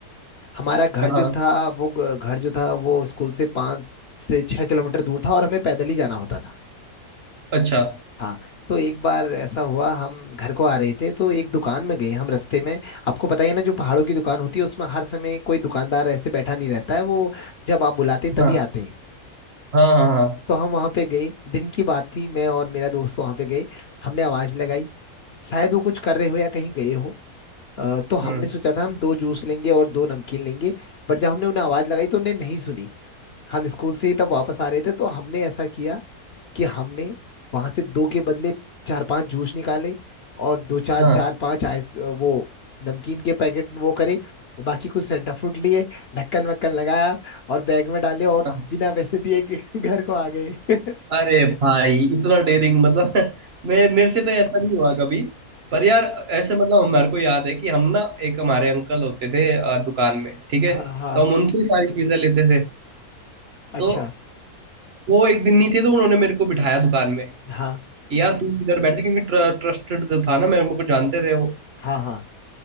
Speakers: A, on the left; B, on the right.
A: हमारा घर
B: हाँ
A: जो था वो ग- घर जो था वो स्कूल से पाँच से छह किलोमीटर दूर था और हमें पैदल ही जाना होता था
B: अच्छा
A: हाँ तो एक बार ऐसा हुआ हम घर को आ रहे थे तो एक दुकान में गए हम रास्ते में आपको पता ही है ना जो पहाड़ों की दुकान होती है उसमें हर समय कोई दुकानदार ऐसे बैठा नहीं रहता है वो जब आप बुलाते हैं
B: हाँ
A: तभी आते हैं
B: हाँ हाँ हाँ
A: तो हम वहाँ पे गए दिन की बात थी मैं और मेरा दोस्त वहाँ पे गए हमने आवाज़ लगाई शायद वो कुछ कर रहे हो या कहीं गए हो अ, तो हमने
B: हम्म
A: सोचा था हम दो जूस लेंगे और दो नमकीन लेंगे बट जब हमने उन्हें आवाज़ लगाई तो उन्हें नहीं सुनी हम स्कूल से ही तब वापस आ रहे थे तो हमने ऐसा किया कि हमने वहां से दो के बदले चार पांच जूस निकाले और दो चार
B: हाँ
A: चार पांच आइस वो नमकीन के पैकेट वो करे बाकी कुछ सेंटा फ्रूट लिए ढक्कन वक्कन लगाया और बैग में डाले और
B: हाँ।
A: बिना पैसे दिए कि <laughs> घर को आ गए <laughs>
B: अरे भाई इतना डेयरिंग मतलब <laughs> मैं मेरे से तो ऐसा नहीं हुआ कभी पर यार ऐसे मतलब हमारे को याद है कि हम ना एक हमारे अंकल होते थे अ, दुकान में ठीक है
A: हाँ हाँ
B: तो हम उनसे ही सारी चीजें लेते थे
A: अच्छा
B: तो वो एक दिन नहीं थे तो उन्होंने मेरे को बिठाया दुकान में
A: हाँ
B: कि यार तू इधर बैठ जा क्योंकि ट्र, ट्रस्टेड जो था ना मेरे मेरे को जानते थे वो
A: हाँ हाँ